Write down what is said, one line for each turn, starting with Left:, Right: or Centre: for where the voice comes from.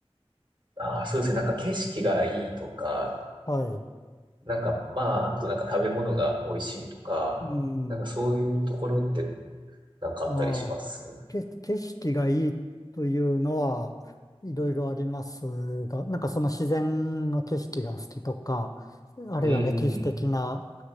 Right: ああ、そうですね。なんか景色がいいとか、
Left: はい。
Right: なんかまあ、あとなんか食べ物が美味しいとか、
Left: うん。
Right: なんかそういうところってなんかあったりします
Left: ああ、け、景色がいいというのはいろいろありますが、なんかその自然の景色が好きとか、あるいは歴史的な
Right: うん。